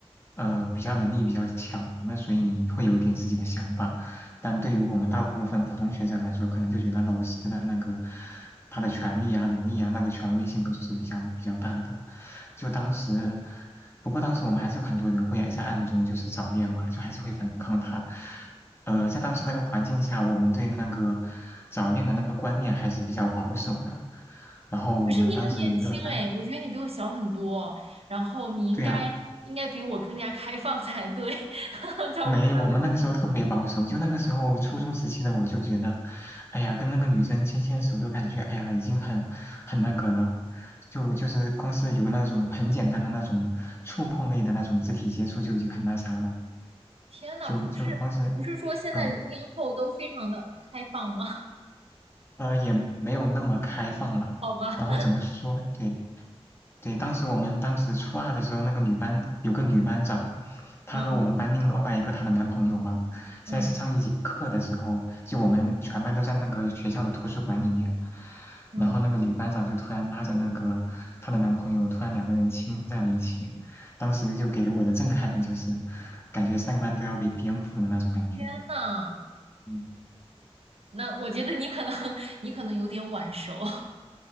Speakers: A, on the left; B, on the right.
A: 呃，比较能力比较强的，所以你会有一点自己的想法。但对于我们大部分普通学生来说，可能就觉得老师的那个他的权利啊、能力啊、那个权威性都是比较比较大的。就当时，不过当时我们还是有很多人会在暗中就是早恋嘛，就还是会反抗他。呃，
B: 嗯。
A: 在当时那个环境下，我们对那个早恋的那个观念还是比较保守的。然后我们当时有一个班，
B: 可是你很年轻哎，我觉得你比我小很多，然后你应该应该比我更加开放才对，
A: 对呀，
B: <laughs> 在我看来，
A: 没，我们那个时候特别保守，就那个时候初中时期的我就觉得，哎呀，跟那个女生牵牵手都感觉，哎呀，已经很很那个了，就就是光是有那种很简单的那种触碰类的那种肢体接触就已经很那啥了，
B: 天呐，
A: 就就光是，
B: 不是不是说现在零零后都非常的开放吗？
A: 嗯。
B: <laughs>
A: 呃，也没有那么开放了。
B: 好吧，
A: 然后怎么说？对，对，当时我们当时初二的时候，那个女班有个女班长，她和我们班另外一个她的男朋友嘛，
B: 嗯
A: 在上一节课的时候，
B: 嗯
A: 就我们全班都在那个学校的图书馆里面，
B: 嗯，
A: 然后那个女班长就突然拉着那个她的男朋友，突然两个人亲在了一起，当时就给我的震撼就是，感觉三观都要被颠覆的那种感觉。
B: 天呐，
A: 嗯，
B: 那我觉得你可能 <laughs> 你可能有点晚熟，<laughs>